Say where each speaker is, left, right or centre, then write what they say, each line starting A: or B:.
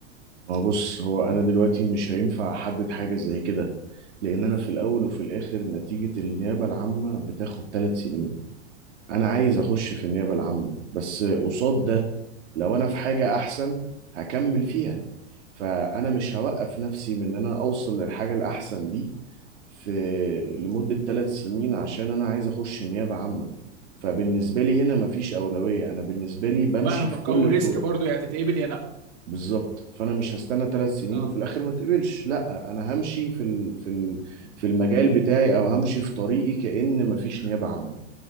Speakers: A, on the right; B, on the right.
A: ما هو بص هو انا دلوقتي مش هينفع احدد حاجه زي كده لان انا في الاول وفي الاخر نتيجة النيابة العامة بتاخد ثلاث سنين انا عايز اخش في النيابة العامة بس قصاد ده لو انا في حاجة احسن هكمل فيها فانا مش هوقف نفسي من ان انا اوصل للحاجة الاحسن دي في لمدة ثلاث سنين عشان انا عايز اخش النيابة عامة فبالنسبة لي هنا مفيش أولوية أنا بالنسبة لي بمشي
B: فاهمك
A: في كل
B: او
A: الطرق
B: ريسك برضو يا تتقبل يا لا
A: بالظبط فانا مش هستنى ثلاث سنين
B: اه
A: وفي الاخر ما تقبلش لا انا همشي في ال... في ال... في المجال بتاعي او همشي في طريقي كأن مفيش نيابة عامة